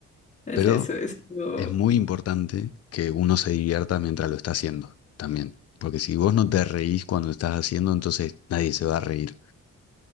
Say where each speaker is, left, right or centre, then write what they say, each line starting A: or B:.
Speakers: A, on the left; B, on the left.
A: Es
B: Pero
A: eso, es lo-
B: es muy importante que uno se divierta mientras lo está haciendo también. Porque si vos no te reís cuando estás haciendo, entonces nadie se va a reír.